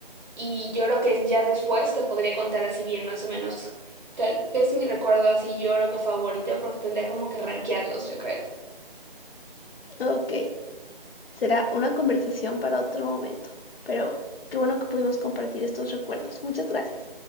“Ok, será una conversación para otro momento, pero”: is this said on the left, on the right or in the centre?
Left